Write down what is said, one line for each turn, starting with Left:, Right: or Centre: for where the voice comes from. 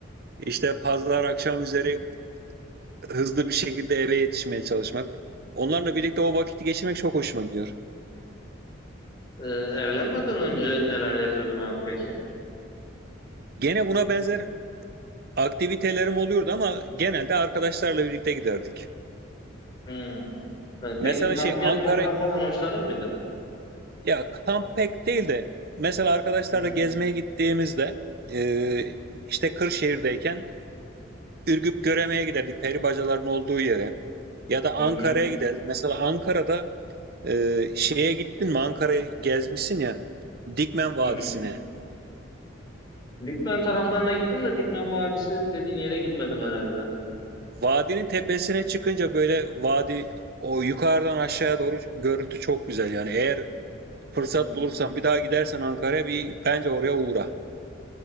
Right: İşte pazar akşam üzeri hızlı bir şekilde eve yetişmeye çalışmak. Onlarla birlikte o vakiti geçirmek çok hoşuma gidiyor.
Left: Ee, evlenmeden önce neler yapıyordun abi peki?
Right: Gene buna benzer aktivitelerim oluyordu ama genelde arkadaşlarla birlikte giderdik.
Left: Hı. Ee,
Right: Mesela
Left: Peki kamp
Right: şey
Left: yapmaktan
Right: Ankara
Left: falan hoşlanır mıydın?
Right: Ya kamp pek değil de mesela arkadaşlarla
Left: Hı hı.
Right: gezmeye gittiğimizde e, işte Kırşehir'deyken Ürgüp Göreme'ye giderdik peri bacaların olduğu yere. Ya da Ankara'ya
Left: Hı hı.
Right: giderdik. Mesela Ankara'da e, şeye gittin mi Ankara'yı gezmişsin ya Dikmen Vadisi'ne.
Left: Hı hı. Dikmen taraflarına gittim de Dikmen Vadisi dediğin yere gitmedim herhalde.
Right: Vadinin tepesine çıkınca böyle vadi o yukarıdan aşağıya doğru görüntü çok güzel yani. Eğer fırsat
Left: Hı hı.
Right: bulursan bir daha gidersen Ankara'ya bir bence oraya uğra.